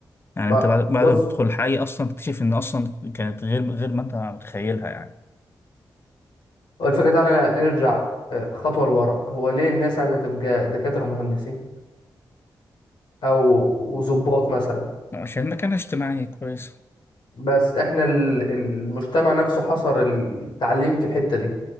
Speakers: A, on the left; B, on the left.
A: يعني
B: بقى-
A: انت بعد بعد
B: بص
A: ما بتدخل الحي اصلا تكتشف ان اصلا كانت غير غير ما انت متخيلها يعني
B: هو الفكرة تعالى نرجع آه، خطوة لورا هو ليه الناس عايزة تبقى دكاترة ومهندسين أو وظباط مثلا
A: عشان مكانها اجتماعي كويس
B: بس احنا ال- المجتمع نفسه حصر التعليم في الحتة دي